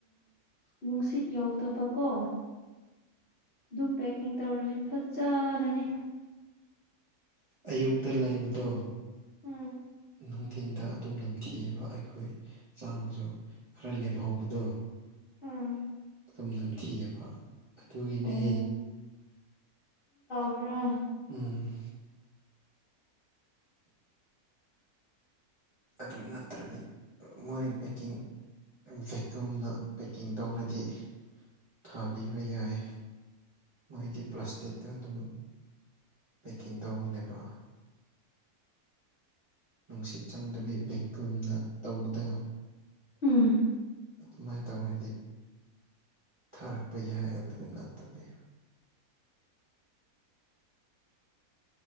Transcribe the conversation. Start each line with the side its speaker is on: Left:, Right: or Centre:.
Left: ꯅꯨꯡꯁꯤꯠ ꯌꯥꯎꯗꯕꯀꯣ ꯑꯗꯨꯝ ꯄꯦꯛꯀꯤꯡ ꯇꯧꯔꯁ ꯐꯖꯅꯅꯤ
Right: ꯑꯌꯨꯛꯇ ꯂꯩꯕꯗꯣ
Left: ꯎꯝ
Right: ꯅꯨꯡꯊꯤꯟꯗ ꯑꯗꯨꯝ ꯅꯝꯊꯤꯑꯕ ꯑꯩꯈꯣꯏ ꯆꯥꯕꯁꯨ ꯈꯔ ꯂꯦꯝꯍꯧꯕꯗꯣ
Left: ꯎꯝ
Right: ꯑꯗꯨꯝ ꯅꯝꯊꯤꯑꯕ ꯑꯗꯨꯒꯤꯅꯦ
Left: ꯑꯣ ꯑꯣꯣꯔꯣꯡ
Right: ꯎꯝ ꯑꯗꯨ ꯅꯠꯇ꯭ꯔꯗꯤ ꯃꯣꯏ ꯄꯦꯛꯀꯤꯡ ꯚꯦꯛꯀꯨꯝꯅ ꯄꯦꯛꯀꯤꯡ ꯇꯧꯔꯗꯤ ꯊꯥꯕꯤꯕ ꯌꯥꯏ ꯃꯣꯏꯒꯤ ꯄ꯭ꯂꯥꯁꯇꯤꯛꯇ ꯑꯗꯨꯝ ꯄꯦꯛꯀꯤꯡ ꯇꯧꯕꯅꯦꯕ ꯅꯨꯡꯁꯤꯠ ꯆꯪꯗꯕꯤ ꯚꯤꯀꯨꯝꯅ ꯇꯧꯕꯗ
Left: ꯎꯝ
Right: ꯑꯗꯨꯃꯥꯏꯅ ꯇꯧꯔꯗꯤ ꯊꯥꯔꯛꯄ ꯌꯥꯏ ꯑꯗꯨ ꯅꯠꯇꯕꯤ